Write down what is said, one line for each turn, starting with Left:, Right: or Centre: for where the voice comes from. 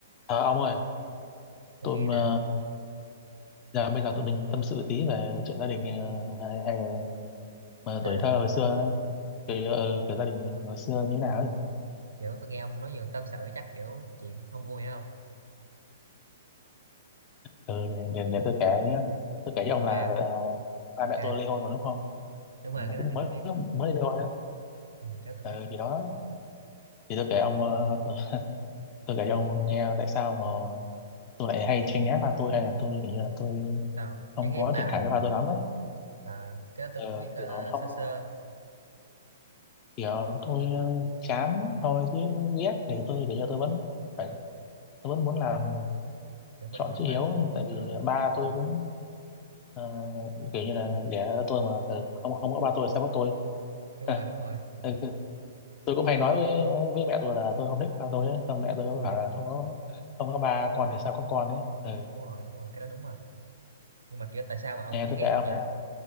Left: Ờ, ông ơi,
Right: tôi
Left: tôi
Right: nghe
Left: mà
Right: nè ông
Left: giờ bây giờ tụi mình tâm sự tí về chuyện gia đình ờ, hay, hay là mà
Right: gia
Left: tuổi
Right: đình
Left: thơ
Right: hả?
Left: hồi xưa kiểu, ờ, kiểu gia đình mình hồi xưa như thế nào ấy.
Right: kiểu tôi nghe ông nói giường tâm sự chắc kiểu chuyện không vui hay không
Left: Ừ, để, để tôi kể nhá. tôi kể cho
Right: ok
Left: ông là ờ, ba
Right: ok
Left: mẹ tôi ly hôn rồi đúng không?
Right: đúng rồi
Left: Thì là
Right: cái đó
Left: cũng
Right: thì
Left: mới
Right: tôi biết
Left: lúc mới ly hôn đấy.
Right: ừ, cái đó tôi
Left: Ừ,
Right: biết
Left: thì đó thì tôi kể ông ờ, tôi, tôi kể cho ông nghe tại sao mà tôi lại hay tranh né ba tôi hay là tôi kiểu như là tôi
Right: sao
Left: không
Right: chán ghét
Left: có
Right: ba
Left: thiện
Right: ông
Left: cảm
Right: rồi
Left: với ba tôi lắm ấy.
Right: à cái đó tôi
Left: Ờ,
Right: cũng biết ờ,
Left: kiểu không
Right: sơ sơ
Left: kiểu tôi ờ, chán thôi chứ ghét thì tôi kiểu như tôi vẫn phải tôi vẫn muốn làm
Right: kiểu mình
Left: chọn
Right: vẫn
Left: chữ
Right: là
Left: hiếu
Right: ừ,
Left: tại
Right: ờ,
Left: vì ba
Right: đúng
Left: tôi
Right: rồi
Left: cũng ờ, kiểu như là
Right: Ừ,
Left: đẻ ra tôi mà ừ, không không có ba tôi sao có tôi <laughs>
Right: đúng
Left: ừ,
Right: rồi đúng rồi
Left: ừ, tôi cũng hay nói với, với mẹ tôi là tôi không thích ba tôi ấy. Xong mẹ tôi
Right: Ờ,
Left: bảo là không có không có ba con thì sao có con ấy ừ.
Right: đúng rồi đúng rồi cái đó đúng rồi nhưng mà kiểu tại sao mà ông
Left: nè
Right: chán
Left: tôi
Right: ghét
Left: kể ông
Right: không nhỉ
Left: nè